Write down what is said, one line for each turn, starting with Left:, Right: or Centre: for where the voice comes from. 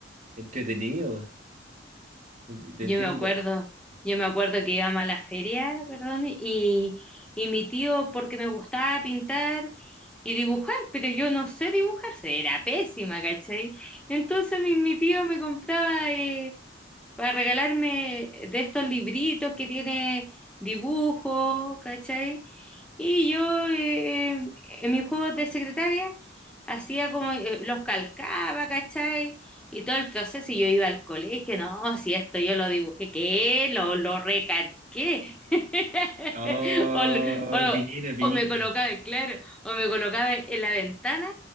Right: Entretenido, Ent- te,
Centre: Yo
Right: entiendo.
Centre: me acuerdo, yo me acuerdo que íbamos a la feria, perdón, y, y mi tío, porque me gustaba pintar y dibujar, pero yo no sé dibujar, era pésima, ¿cachai? Entonces mi, mi tío me compraba eh, para regalarme de estos libritos que tiene dibujo, ¿cachai? Y yo eh, eh, en mis juegos de secretaria hacía como eh, los calcaba, ¿cachai? Y todo el proceso, y yo iba al colegio, no, si esto yo lo dibujé, ¿qué? Lo, lo recalqué. <laughs>
Right: Oh,
Centre: O, lo- o-
Right: pillina, pillina.
Centre: o me colocaba, claro, o me colocaba en la ventana